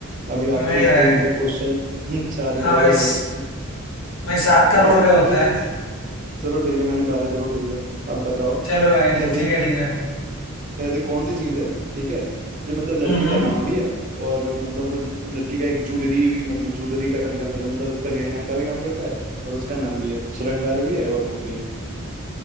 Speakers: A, on the right; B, on the left.
A: अभी
B: नहीं
A: आपकी
B: भाई
A: स्क्रीन पे क्वेश्चन <laughs> चार
B: हाँ
A: करोड़
B: भाई
A: का
B: स-
A: क्वेश्चन
B: भाई सात करोड़
A: ऐसी
B: का
A: कौन
B: होता है
A: सी चलो ठीक है मैंने बारह करोड़ दिया अब बताओ
B: चलो भाई
A: ऐसी
B: ठीक है ठीक है
A: ऐसी कौन सी चीज है ठीक है जो मतलब लड़की
B: हम्म हम्म
A: का नाम भी है और मतलब वो लड़की का एक ज्वेलरी भी मतलब ज्वेलरी का भी काम करता है मतलब उसका गहना का भी काम करता है और उसका नाम भी है श्रृंगार भी है और नाम भी है